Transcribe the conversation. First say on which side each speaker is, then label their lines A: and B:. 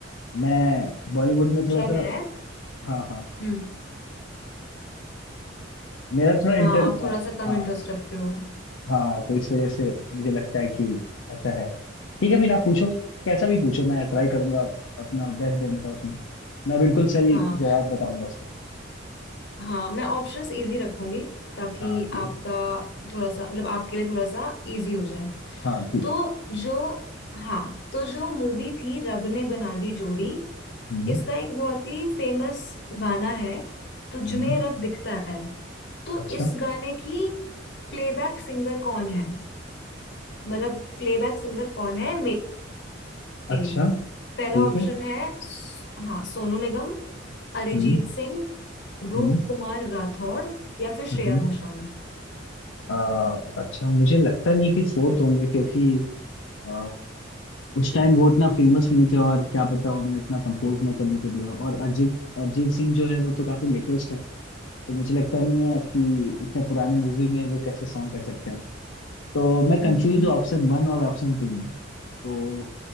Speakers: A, on the left; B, on the left.
A: मैं बॉलीवुड में थोड़ा
B: शायद
A: सा
B: है
A: हाँ हाँ
B: हम्म
A: मेरा थोड़ा इंटर
B: हाँ आप
A: अ,
B: थोड़ा सा कम
A: हाँ
B: इंटरेस्ट रखते हो
A: हाँ तो इस वजह से मुझे लगता है कि ऐसा है ठीक है फिर आप पूछो कैसा भी पूछो मैं ट्राई करूंगा अपना बेस्ट देने का उसमें मैं बिल्कुल सही
B: हाँ
A: जवाब बताऊंगा उसका
B: हाँ मैं ऑप्शंस इजी रखूंगी ताकि
A: हाँ ठीक
B: आपका
A: है
B: थोड़ा सा मतलब आपके लिए थोड़ा सा इजी हो जाए
A: हाँ ठीक
B: तो जो हाँ तो जो मूवी थी रब ने बना दी जोड़ी
A: हम्म
B: इसका एक बहुत ही फेमस गाना है तुझमें
A: हम्म
B: रब दिखता है तो
A: अच्छा
B: इस गाने की प्लेबैक सिंगर कौन है मतलब प्लेबैक सिंगर कौन है
A: अच्छा
B: मेल
A: ठीक
B: पहला ऑप्शन
A: है
B: है हाँ सोनू निगम अरिजीत
A: हम्म
B: सिंह रूप
A: हम्म
B: कुमार राठौड़ या फिर श्रेया
A: हम्म
B: घोषाल
A: आ, अच्छा मुझे लगता नहीं है कि फोर्थ होंगे क्योंकि अ, उस टाइम वो इतना फेमस नहीं थे और क्या पता उन्हें इतना कंपोज ना करने को दिया और अरिजीत अरिजीत सिंह जो है वो तो काफी लेटेस्ट है तो मुझे लगता नहीं है कि इतने पुराने मूवी में वो कैसे सॉन्ग कर सकते हैं तो मैं
B: हम्म,
A: कंफ्यूज हूँ ऑप्शन वन और ऑप्शन टू में तो